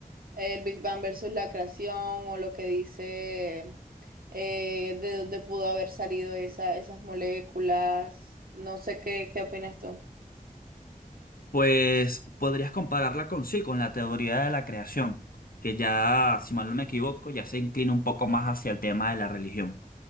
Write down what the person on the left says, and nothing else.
Pues podrías compararla con sí, con la teoría de la creación, que ya, si mal no me equivoco, ya se inclina un poco más hacia el tema de la religión.